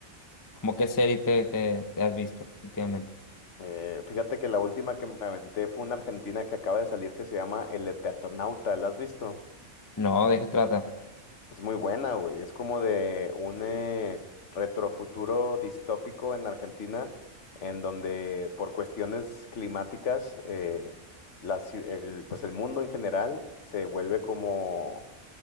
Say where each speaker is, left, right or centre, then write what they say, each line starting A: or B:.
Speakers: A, on the left (about 20°); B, on the left (about 70°).
A: ¿Cómo qué serie te, te, te has visto últimamente?
B: Eh, fíjate que la última que me aventé fue una argentina que acaba de salir que se llama El Eternauta, ¿la has visto?
A: No, ¿de qué trata?
B: Es muy buena, güey. Es como de un eh, retrofuturo distópico en Argentina, en donde por cuestiones climáticas, eh, la ciu- el, pues el mundo en general se vuelve como